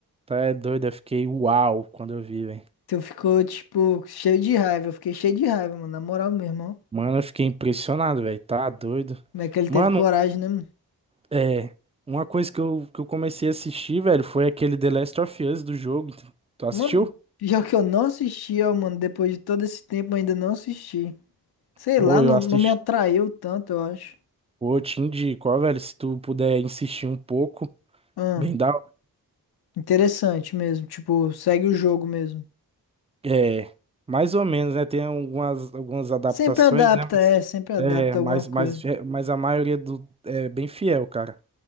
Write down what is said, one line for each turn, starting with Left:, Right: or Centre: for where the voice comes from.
Right: Tá é doido, eu fiquei uau quando eu vi, velho.
Left: Tu ficou, tipo, cheio de raiva. Eu fiquei cheio de raiva, mano. Na moral mesmo, ó.
Right: Mano, eu fiquei impressionado, velho. Tá doido.
Left: Como é que ele
Right: Mano,
Left: teve coragem, né, mano?
Right: é. Uma coisa que eu, que eu comecei a assistir, velho, foi aquele The Last of Us do jogo. Tu assistiu?
Left: Mano, pior que eu não assisti, ó, mano. Depois de todo esse tempo, eu ainda não assisti. Sei
Right: Pô,
Left: lá, não,
Right: eu assisti.
Left: não me atraiu tanto, eu acho.
Right: Pô, eu te indico, ó, velho, se tu puder insistir um pouco,
Left: Ahn.
Right: bem da
Left: Interessante mesmo. Tipo, segue o jogo mesmo.
Right: É, mais ou menos, né? Tem algumas, algumas adaptações,
Left: Sempre adapta,
Right: né? Mas,
Left: é, sempre adapta
Right: é, mas,
Left: alguma coisa.
Right: mas, é, mas a maioria do, é bem fiel, cara.